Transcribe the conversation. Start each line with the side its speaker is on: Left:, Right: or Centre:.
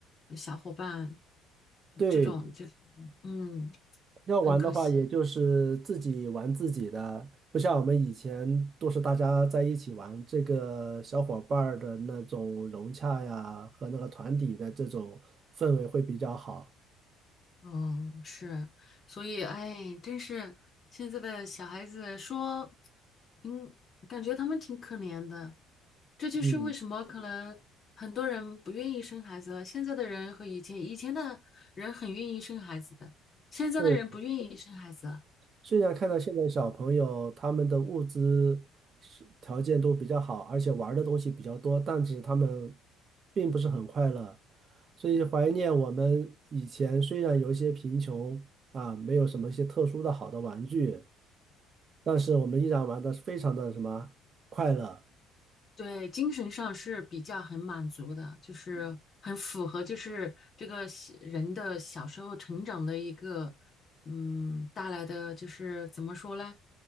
Left: 小伙伴，
Right: 对。
Left: 这种就是嗯，
Right: 要玩的话，
Left: 很可惜。
Right: 也就是自己玩自己的，不像我们以前都是大家在一起玩，这个小伙伴儿的那种融洽呀，和那个团体的这种氛围会比较好。
Left: 哦，是，所以哎，真是现在的小孩子说，嗯，感觉他们挺可怜的。这就是为什么可能很多人不愿意生孩子了。
Right: 嗯，
Left: 现在的人和以前，以前的人很愿意生孩子的，现在的人不愿意生孩子了。
Right: 对。虽然看到现在小朋友他们的物资是条件都比较好，而且玩儿的东西比较多，但是他们并不是很快乐，所以怀念我们以前虽然有一些贫穷啊，没有什么一些特殊的好的玩具，但是我们依然玩的非常的什么快乐。
Left: 对，精神上是比较很满足的，就是很符合，就是这个小人的小时候成长的一个，嗯，带来的就是怎么说呢，